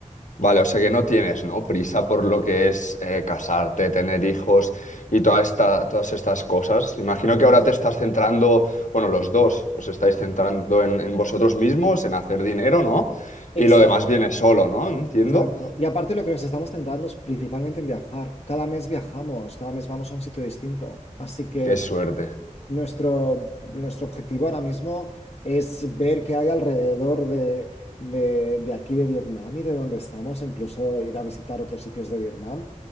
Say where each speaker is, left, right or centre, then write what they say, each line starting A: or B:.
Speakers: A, on the left; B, on the left.
A: Vale, o sea que no tienes, ¿no? Prisa por lo que es eh, casarte, tener hijos y toda esta, todas estas cosas. Imagino que ahora te estás centrando, bueno, los dos os estáis centrando en, en vosotros mismos, en hacer dinero, ¿no?
B: Exacto.
A: Y lo demás viene solo, ¿no? Entiendo.
B: Exacto. Y aparte lo que nos estamos centrando es principalmente en viajar. Cada mes viajamos, cada mes vamos a un sitio distinto. Así que
A: Qué suerte.
B: nuestro, nuestro objetivo ahora mismo es ver qué hay alrededor de, de, de aquí de Vietnam y de donde estamos, e incluso ir a visitar otros sitios de Vietnam.